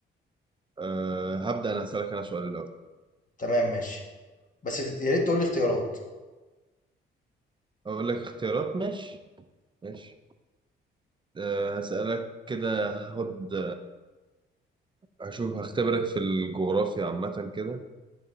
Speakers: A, on the right; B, on the left.
A: أه هبدأ أنا أسألك أنا سؤال الأول
B: تمام ماشي بس تت- يا ريت تقول لي اختيارات
A: أقول لك اختيارات ماشي ماشي أه هسألك كده هاخد هشوف هختبرك في الجغرافيا عامة كده